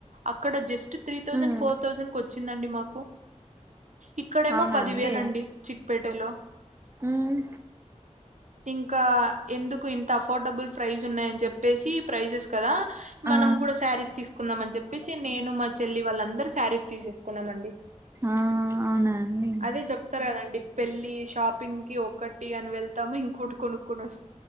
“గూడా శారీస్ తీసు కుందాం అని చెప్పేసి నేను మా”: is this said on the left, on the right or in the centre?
Right